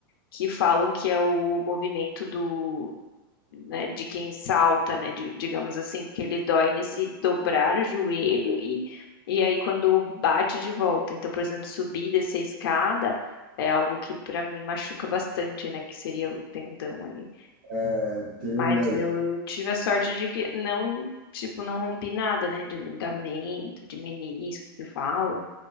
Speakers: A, on the left; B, on the right.
A: que falam que é o movimento do né, de quem salta, né, de- digamos assim, porque ele dói nesse dobrar o joelho e, e aí quando bate de volta. Então, por exemplo, subir e descer a escada é algo que para mim machuca bastante, né, que seria o tendão ali.
B: é, tem
A: Mas
B: lesão.
A: eu tive a sorte de que não, tipo, não rompi nada, né, de ligamento, de menisco que falam.